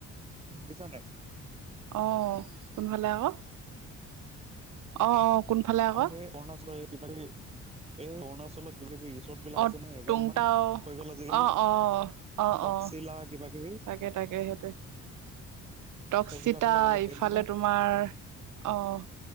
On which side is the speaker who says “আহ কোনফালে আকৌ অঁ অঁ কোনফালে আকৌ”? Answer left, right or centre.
Right